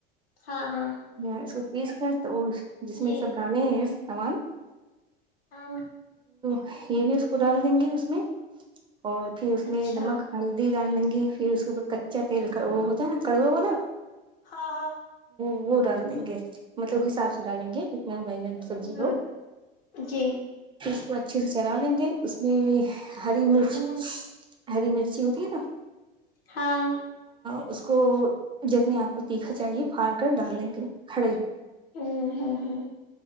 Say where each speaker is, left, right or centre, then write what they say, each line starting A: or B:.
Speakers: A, on the left (about 75°); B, on the right (about 15°).
A: ہاں ہاں
B: میں اس کو پیس کر تو وہ جس میں
A: جی
B: سب گانے ہیں سمان
A: ہاں
B: <inaudible> یہ بھی ڈال دیں گے اس میں اور پھر اس
A: اچھا
B: میں نمک ہلدی ڈال دیں گے پھر اس کچا تیل ہوتا نا کڑوا ہوا
A: ہاں ہاں
B: وہ ڈال دیں گے مطلب حساب سے ڈالیں گے بائی سبی
A: ہوں
B: لو
A: جی
B: چھر سے چل لیں گے اس میں ہری مرچ
A: ہ
B: ہری مرچی ہوتی ہے نا
A: ہاں
B: <inaudible> اس کو جتنے آپ کو تیکھا چاہیے پھاڑ کر ڈال دیں گے کھڑے
A: ہوں ہوں ہاں